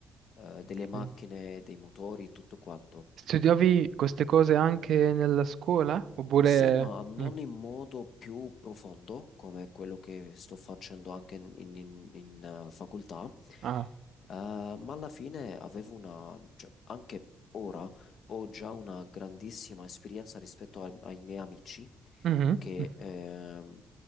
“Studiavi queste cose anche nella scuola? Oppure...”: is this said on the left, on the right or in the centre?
Right